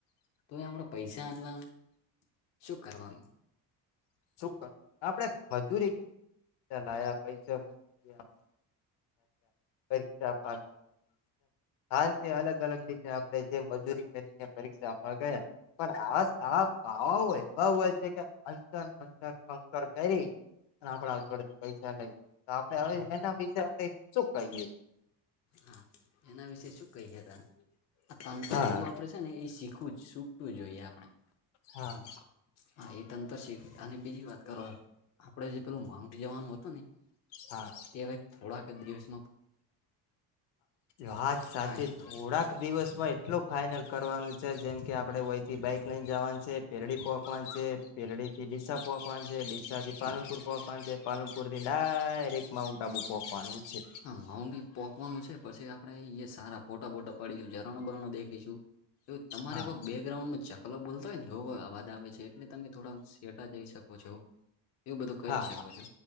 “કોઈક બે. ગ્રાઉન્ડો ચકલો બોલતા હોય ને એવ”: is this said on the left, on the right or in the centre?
Left